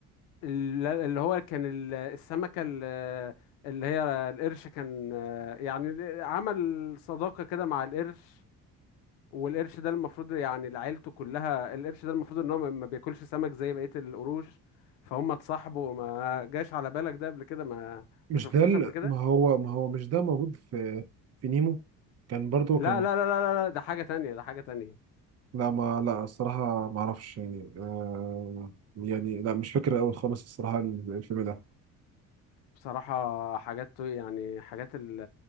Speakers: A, on the left; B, on the right.
A: ال- اللي هو كان ال- السمكة ال- اللي هي القرش كان يعني عمل صداقة كده مع القرش والقرش ده المفروض يعني لعيلته كلها القرش ده المفروض ان هو ما ما بياكلش سمك زي بقية القروش فهم اتصاحبوا ما جاش على بالك ده قبل كده ما
B: مش
A: ما شفتوش
B: ده ال-
A: قبل كده
B: ما هو ما هو مش ده موجود في في نيمو كان برضو
A: لا
B: كان
A: لا لا لا لا لا، ده حاجة تانية ده حاجة تانية
B: لا ما لا الصراحة ما اعرفش يعني آه يعني لا مش فاكر قوي خالص الصراحة الفيلم ده
A: بصراحة حاجات يعني حاجات ال-